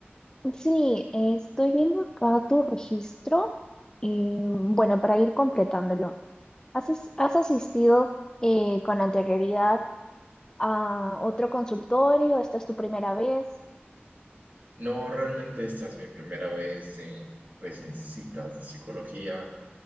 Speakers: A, on the left; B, on the right.
A: Sí, eh, estoy viendo acá tu registro y bueno, para ir completándolo, ¿has, as- has asistido eh, con anterioridad a otro consultorio? ¿Esta es tu primera vez?
B: No, realmente esta es mi primera vez en, pues, en citas de psicología,